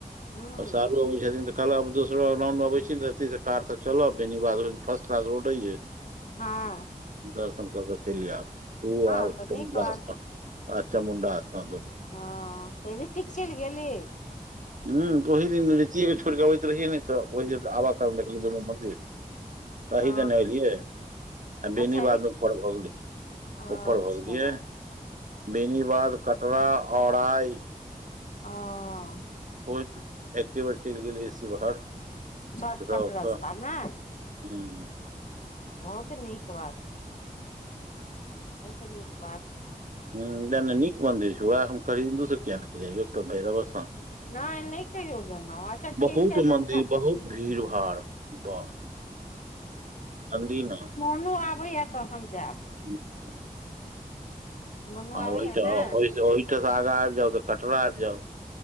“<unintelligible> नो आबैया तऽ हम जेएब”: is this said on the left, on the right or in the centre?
Left